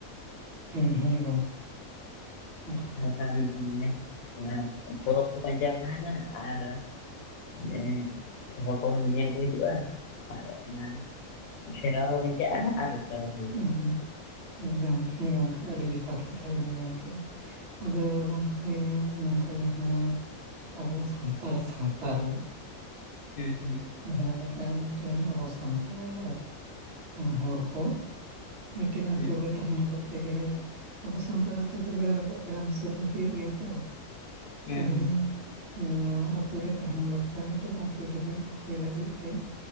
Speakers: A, on the right; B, on the left.
A: ᱦᱩᱸ ᱦᱩᱸ ᱜᱚᱝᱠᱮ ᱚᱱᱠᱟ
B: ᱟᱨᱠᱷᱟᱱ ᱚᱱᱟ ᱯᱚᱨᱚᱵᱽ ᱠᱚ ᱯᱟᱸᱡᱟ ᱛᱟᱦᱮᱱᱟ ᱟᱨ ᱮ ᱦᱚᱲ ᱠᱚᱦᱚᱸ ᱧᱮᱧᱮᱞ ᱠᱚ ᱦᱤᱡᱩᱠᱚᱜᱼᱟ ᱟᱨ ᱚᱱᱟ ᱥᱮᱨᱣᱟ ᱵᱟᱧᱪᱟᱜᱼᱟ ᱟᱨᱪ <inaudible> ᱦᱚᱸ ᱦᱩᱭᱩᱜᱼᱟ
A: ᱮᱠᱫᱚᱢ ᱮᱠᱫᱚᱢ ᱦᱮᱸ ᱜᱚᱝᱠᱮ ᱟᱹᱰᱤ ᱡᱚᱛᱷᱟᱛ ᱠᱟᱛᱷᱟ ᱵᱤᱱ ᱢᱮᱱ ᱠᱮᱫᱟ ᱟᱫᱚ ᱜᱚᱝᱠᱮ ᱱᱚᱝᱠᱟ ᱡᱟᱦᱟᱸ ᱟᱵᱚ ᱥᱟᱱᱛᱟᱲ ᱥᱟᱶᱛᱟ ᱨᱮ
B: ᱦᱩᱸ ᱦᱩᱸ
A: ᱡᱟᱦᱟᱸ ᱞᱮᱠᱟ ᱢᱤᱫᱴᱮᱱ ᱟᱵᱚ ᱥᱟᱱᱛᱟᱲ ᱦᱚᱲ ᱠᱚ ᱢᱤᱫᱴᱮᱱ ᱟᱛᱳ
B: ᱦᱮᱸ
A: ᱨᱮ ᱛᱟᱦᱮᱱ ᱠᱚᱨᱛᱮ ᱜᱮᱞᱮ ᱟᱵᱚ ᱥᱟᱱᱛᱟᱲ ᱟᱹᱛᱩ ᱫᱚ ᱵᱮᱲᱟ ᱨᱟᱠᱟᱵ ᱵᱮᱲᱟ ᱦᱟᱹᱥᱩᱨ ᱜᱮ ᱦᱩᱭᱩᱜ ᱜᱮᱭᱟ ᱛᱚ
B: ᱦᱮᱸ
A: ᱛᱟᱦᱚᱞᱮ ᱱᱚᱣᱟ ᱟᱛᱳ ᱨᱮ ᱛᱟᱦᱮᱱ ᱵᱟᱠᱷᱨᱟ ᱢᱤᱫᱴᱮᱱ ᱟᱛᱳ ᱡᱩᱢᱤᱫ ᱫᱚᱦᱚᱭ ᱞᱟᱹᱜᱤᱫ ᱛᱮ